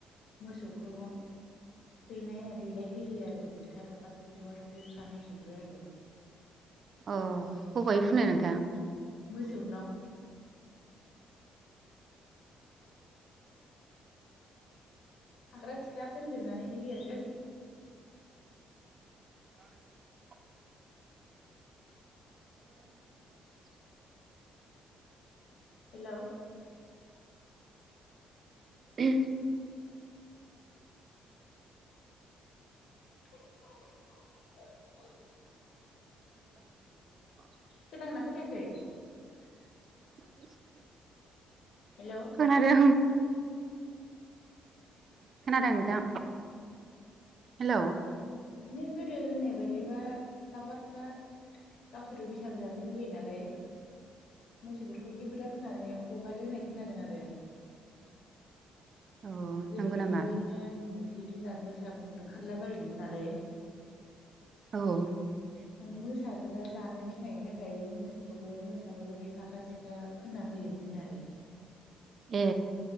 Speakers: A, on the left; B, on the right.
A: मोसौखौ थुखैनाय देलाय होयो आरो फोथा थफा थफि थफा थफि थुना होजोबो आरो।
B: अ बबेहाय फुनो नोंथां?
A: मोसौनाव फाग्रा सिख्रा फोनजोबनानै होयो आरो।
B: <inaudible> <unintelligible>
A: हेलौ!
B: <inaudible>
A: <inaudible>
B: <unintelligible>
A: खोनादोंना खोनायाखै?
B: <inaudible>
A: हेलौ!
B: खोनादों। खोनादों नोंथां। हेल'!
A: बिदिनो गोदो होननाय बायदिबा लावखारफ्रा गावसोरबो बैसागु जानो लुगैयो नालाय मोसौफोरखौ बिदि फोथा फोनानै हगारो होननाय खोनादों आरो।
B: औ
A: गोदोथ'
B: नंगौ नामा
A: बिदिनो ओं जिब जुनार मोसा मुफुर ओंखारला बायोमोन नालाय।
B: औ औ।
A: माने मोसाफोरा जानो गिनायनि थाखाय बे मोसौखौबो मोसाफोरबायदि फाख्रा सिख्रा फोनना होयोमोननो आरो।
B: ए।